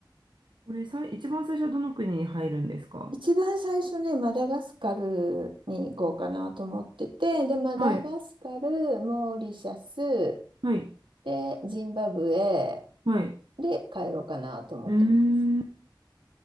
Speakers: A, on the right (about 70°); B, on the right (about 85°).
A: これさい、一番最初はどの国に入るんですか
B: 一番最初ね、マダガスカルに行こうかなと思ってて、で、マダガスカル、
A: はい、
B: モーリシャス、
A: はい、
B: で、ジンバブエ
A: はい。
B: で帰ろうかなと思ってます。
A: うん。